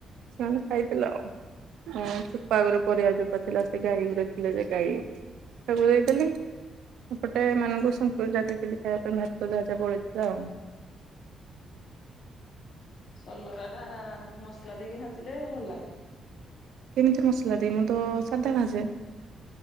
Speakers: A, on the right (about 80°); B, on the left (about 50°).
A: ସେମାନେ ଖାଇଦେଲେ ଆଉ। ହଁ ଚୋପା ଗୁରା ପରିବା ଚୋପା ଥିଲା ସେ ଗାଈ ଗୁରେ ଥିଲେ ଯେ ଗାଈ ତାକୁ ଦେଇଦେଲି। ସେପଟେ ମାନଙ୍କୁ ସନ୍ତୁଳିଟା ଦେଇଥିଲି ଖାଇବା ପାଇଁ ଭାତ ଯାହା ଯାହା ବଳିଥିଲା ଆଉ।
B: ସଲରାଟା ମସଲା ଦେଇକି ଭାଜିଲେ ଭଲ ଲାଗେ।
A: କେମିତି ମସଲା ଦେଇ ମୁଁ ତ ସାଧା ଭାଜେ।